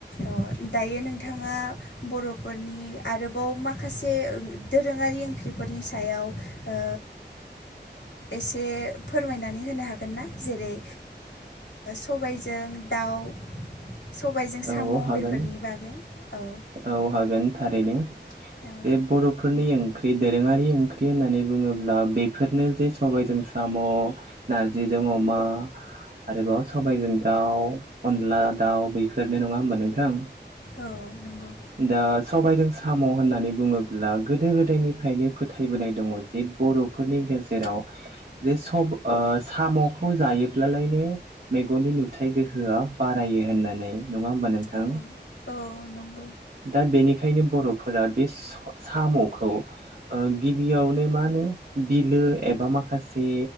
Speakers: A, on the left; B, on the right.
A: औ दायो नोंथाङा बर'फोरनि आरोबाव माखासे दोरोङारि ओंख्रिफोरनि सायाव ओ एसे फोरमायनानै होनो हागोन ना जेरै सबायजों दाउ सबायजों साम'
B: औ हागोन
A: बेफोरनि बागै औ।
B: औ हागोन थारैनो
A: औ
B: जे बर' फोरनि ओंख्रि दोरोङारि ओंख्रि होननानै बुङोब्ला बेफोरनो जे सबायजों साम' नारजिजों अमा आरोबाव सबायजों दाउ अनला दाउ बेफ फोरनो नङा होमबा नोंथां?
A: औ नंगौ।
B: दा सबायजों साम' होननानै बुङोब्ला गोदो गोदायनिफ्रायनो फोथायबोनाय दङ जे बर'फोरनि गेजेराव जे सब साम'खौ जायोब्लालायनो मेगननि नुथायाइ गोहोआ बारायो होननानै नङा होमबा नोंथां?
A: औ औ नंगौ।
B: दा बेनिखायनो बर'फोरा बे साम'खौ ओ गिबियावनो मा होनो बिलो एबा माखासे